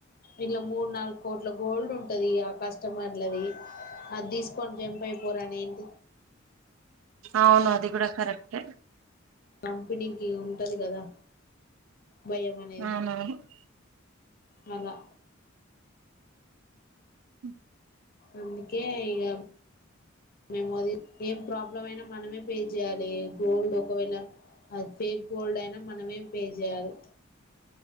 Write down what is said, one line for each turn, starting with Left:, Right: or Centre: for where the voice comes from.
Left: ఇళ్ళ మూడు నాలుగు కోట్ల గోల్డ్ ఉంటది ఆ కస్టమర్లది అది తీసు కొని జంప్ అయిపోరు అని ఏంటి
Right: అవును అది కూడా కరెక్ట్
Left: కంపెనీకి ఉంటది కదా భయం అనేది
Right: అవునవును
Left: మళ్ళా
Right: అ
Left: అందుకే ఇగా మేముోది ఏం ప్రాబ్లమ్ అయినా మనమే పే చేయాలె గోల్డ్ ఒకవేళ అది ఫేక్ గోల్డ్ అయినా మనమే పే చేయాలి